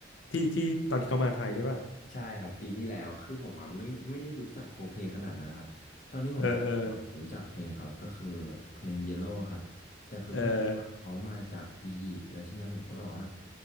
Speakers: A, on the left; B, on the left.
A: ที่ที่ตอนที่เขามาไทยเนี่ยป่ะ
B: ใช่ครับปีที่แล้วคือผมอะไม่ไม่ได้รู้จักโคเพขนาดนั้นนะครับตอนที่ผมไปผมรู้จักเพลงเขาก็คือเพลง
A: เออเออ
B: Yellow ครับแต่คือเพื่อนผมอะเขามาจากอียิปต์แล้วทีเนี้ยผมก็แบบว่า
A: เออ